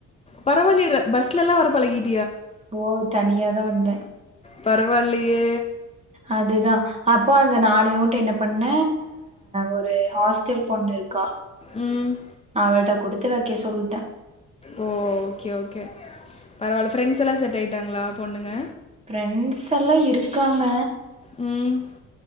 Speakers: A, on the left (about 20°); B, on the right (about 20°).
A: பரவால்லயே ரா பஸ்லல்லா வரப் பழகிக்
B: ஓ தனியா தா வந்த
A: பரவாயில்லியே
B: அதுதா அப்போ அந்த நாலு நோட் டு என்ன பண்ண ஒரு ஹாஸ்டல் பொண்ணு இருக்கா
A: ம்
B: அவள்ட்ட குடுத்து வைக்க சொல்ட்ட
A: ஓ ஓகே ஓகே பரவால்ல ப்ரெண்ட்ஸ்ஸெல்லா செட் ஆய் ட்டாங்களா பொண்ணுங்க
B: ப்ரெண்ட்ஸ் எல்லா இருக்காங்க
A: ம்